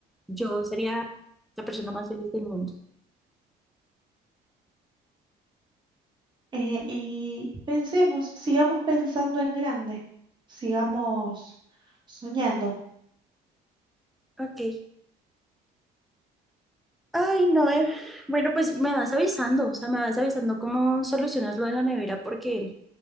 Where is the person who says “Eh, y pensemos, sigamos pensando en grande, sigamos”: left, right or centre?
Right